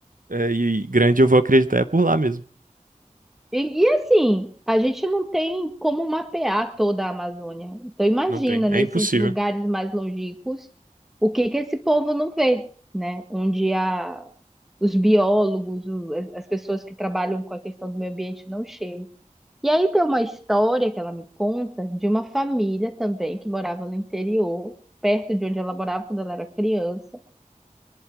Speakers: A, on the right (about 85°); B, in the centre.
A: é, e grande, eu vou acreditar, é por lá mesmo.
B: E, e assim, a gente não tem como mapear toda a Amazônia. Então imagina
A: Não tem. É
B: nesses
A: impossível.
B: lugares mais longínquos o que que esse povo não vê, né? Onde a, os biólogos, o- as as pessoas que trabalham com a questão do meio ambiente não chegam. E aí tem uma história que ela me conta de uma família também que morava no interior, perto de onde ela morava quando ela era criança,